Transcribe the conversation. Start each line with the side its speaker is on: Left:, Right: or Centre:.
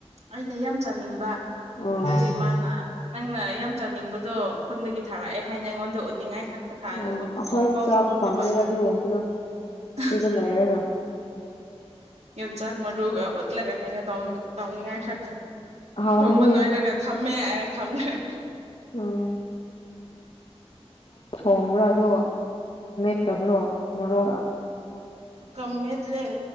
Right: ꯑꯩꯅ ꯌꯥꯝ ꯆꯥꯅꯤꯡꯕ
Left: ꯑꯥ
Right: ꯑꯗꯨꯒꯤ ꯃꯥꯅ ꯅꯪꯅ ꯌꯥꯝ ꯆꯥꯅꯤꯡꯕꯗꯣ ꯈꯨꯟꯗꯒꯤ ꯊꯥꯔꯛꯑꯦ ꯍꯥꯏꯅ ꯑꯩꯉꯣꯟꯗ ꯎꯠꯅꯤꯡꯉꯥꯏ ꯊꯛꯇ ꯊꯥꯏꯔꯦ
Left: ꯎꯝ
Right: ꯑꯣ
Left: ꯑꯩꯈꯣꯏꯁꯨ
Right: ꯀꯣ
Left: ꯆꯥꯕ
Right: ꯇꯔꯅꯦꯕ
Left: ꯐꯪꯗꯦꯗ ꯑꯗꯨꯒꯨꯝꯕꯗꯣ
Right: <unintelligible>
Left: ꯁꯤꯗ ꯂꯩꯔꯒ
Right: ꯌ ꯆꯥꯛ ꯃ ꯔꯣꯒ ꯑꯣꯠꯂ ꯀ ꯀꯥꯏꯅ ꯇꯧ ꯇꯧꯅꯤꯡꯉꯥꯏ ꯁ
Left: ꯍꯥꯎꯒꯅꯤ
Right: ꯊꯣꯡꯕ ꯂꯣꯏꯔꯒ ꯊꯝꯃꯦ ꯑꯅ ꯊꯝꯈ꯭ꯔꯦ
Left: ꯎꯝ ꯊꯣꯡꯕ꯭ꯔꯥꯗꯣ ꯃꯦꯠꯇꯕ꯭ꯔꯣ ꯃꯣꯔꯣꯛꯒ
Right: ꯣꯝꯃꯦꯗ ꯂꯩ